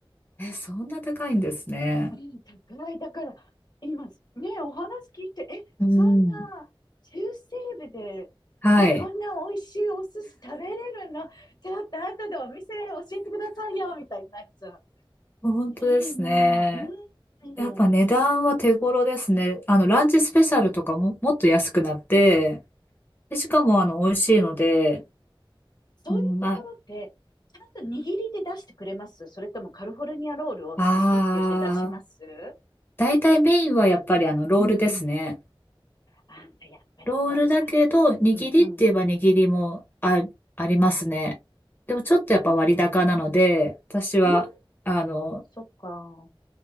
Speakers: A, on the left; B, on the left.
A: え、そんな高いんですね。
B: うん、高い。だから、今、ね、お話聞いて、え、
A: うん。
B: そんな、中西部で、
A: はい。
B: でそんな美味しいお寿司食べれるのちょっと後でお店教えてくださいよ、みたいになっちゃう。
A: 本当ですね。
B: いいなぁ。うん、
A: やっぱ値段は手頃ですね。
B: うん。
A: あの、ランチスペシャルとかも、もっと安くなって、で、しかもあの、美味しいので、
B: そういうところって、
A: うん、まあ、
B: ちゃんと握りで出してくれますそれともカルフォルニアロールを寿司って言って出します
A: あー、大体メインはやっぱりあの、ロールですね。
B: うんうん。あ、やっぱりそう
A: ロールだけど、握りって言えば握りもあ、
B: うんうんうん。
A: ありますね。でもちょっとやっぱ割高なので、
B: ああ、
A: 私は、
B: うん、
A: あの、
B: そっか。